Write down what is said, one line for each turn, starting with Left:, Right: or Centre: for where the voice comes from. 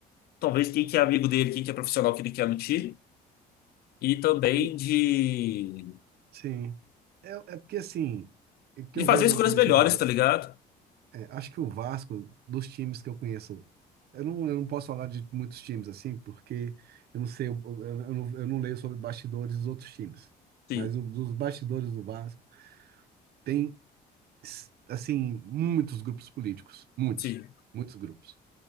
Left: talvez, quem que é amigo dele, quem que é profissional que ele quer no time, e também
Right: e-
Left: de,
Right: Sim. É, é porque, assim, o que
Left: de
Right: eu
Left: fazer
Right: vejo
Left: escolhas
Right: na política
Left: melhores,
Right: do,
Left: tá ligado?
Right: É, acho que o Vasco, dos times que eu conheço, eu não, eu não posso falar de muitos times assim, porque eu não sei, eu, eu, eu não, eu não leio sobre bastidores dos outros times.
Left: Sim.
Right: Mas o, dos bastidores do Vasco, tem, s- assim, muitos grupos políticos. Muitos.
Left: Sim.
Right: Muitos grupos.